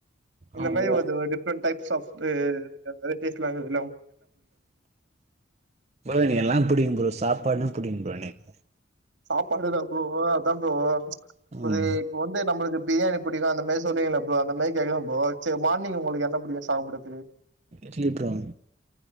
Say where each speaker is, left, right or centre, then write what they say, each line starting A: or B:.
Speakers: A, on the right; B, on the right.
A: இந்த
B: ஆ
A: மாரி
B: ப்ரோ
A: ஓது டிஃபரெண்டட் டைப் சாஃப்ட் நெறைய டேஸ்ட்லா <unintelligible>
B: ப்புரோ எனக்கெல்லா பிடிக்கும் ப்புரோ சாப்பாடு புடிக்கு ப்புரோனக்கு
A: சாப்பாடுதப்ரோ அதான் ப்புரோ இது
B: ம்
A: இப்ப வந்து நம்மளுக்கு பிரியாணி புடிக்கு அந்தமாரி சொல்லங்கிள ப்புரோ அப்போ அந்த மாதி கேட்கறேப்ரோ சரி மார்னிங் உங்களுக்கு என்ன பிடிக்கு சாப்பிடுறதுக்கு
B: இட்லிப்ரோ